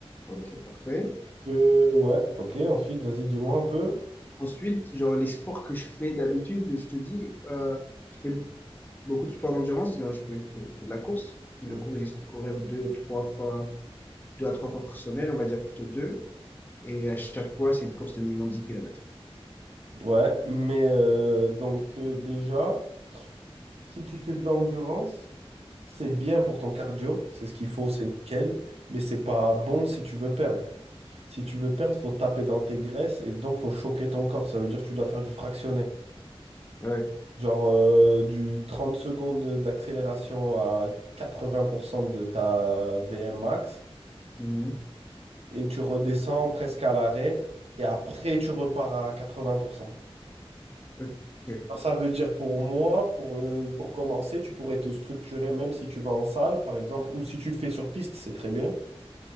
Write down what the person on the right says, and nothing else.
Euh, ouais, ok. Ensuite, vas-y, dis-moi un peu.
Mm.
Ouais, mais euh, donc euh, déjà. Si tu fais de l'endurance, c'est bien pour ton cardio, c'est ce qu'il faut, c'est nickel, mais c'est pas bon si tu veux perdre. Si tu veux perdre, faut taper dans tes graisses et donc faut choquer ton corps. Ça veut dire que tu dois faire du fractionné.
Genre euh, du 30 secondes d'accélération à 80% de ta VM max
et tu redescends presque à l'arrêt et après tu repars à 80%.
Alors, ça veut dire pour moi, pour, euh, pour commencer, tu pourrais te structurer même si tu vas en salle, par exemple, ou si tu le fais sur piste, c'est très bien.